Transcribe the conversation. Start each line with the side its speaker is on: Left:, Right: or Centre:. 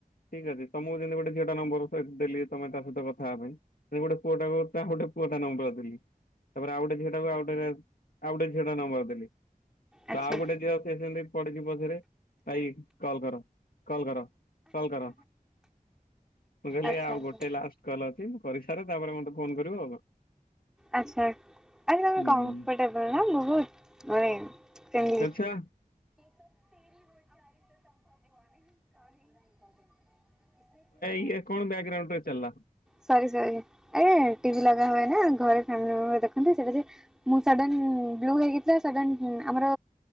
Left: ଠିକ୍ ଅଛି ତମକୁ ଯେମତି ଗୋଟେ ଝିଅଟା ନମ୍ବର ଦେଲି ତମେ ତା ସହିତ କଥା ହବା ପାଇଁ ସେମିତି ଗୋଟେ ପୁଅଟାକୁ ତାହୁ ଟା ପୁଆଟା ନମ୍ବର ଦେଲି ତାପରେ ଆଉ ଗଟେ ଝିଅଟା ଆ ଆଉ ଗଟେ ଝିଅଟା ନମ୍ବର ଦେଲି।
Centre: ଆଚ୍ଛା
Left: ଆଉ ଗୋଟେ ଝିଅ ସେ ସେମିତି ପଡଛି ପଛରେ ଭାଇ କଲ କର କଲ କର। କଲ କର ମୁଁ କହିଲି
Centre: ଆଚ୍ଛା
Left: ଆଉ
Centre: ଆଚ୍ଛା
Left: ଗୋଟେ ଲାଷ୍ଟ କଲ ଅଛି। କରିସାରେ ତାପରେ ମତେ ଫୋନ କରିବ ଆଉ।
Centre: ଆଚ୍ଛା ଆ
Left: ହୁଁ
Centre: କମ୍ଫର୍ଟେବଲ ନା ବହୁତ ମାନେ <unintelligible>
Left: ଆଚ୍ଛା
Centre: <unintelligible>
Left: ଇଏ କଣ ବ୍ୟାକଗ୍ରାଉଣ୍ଡ ରେ ଚାଲିଲା?
Centre: ସରି ସରି ଆରେ ଟିଭି ଲଗା ହୁଏ ନା। <unintelligible> ମୁ ସଡନ ବ୍ଲୁ ହେଇଗଲା ସଡନ ଆମର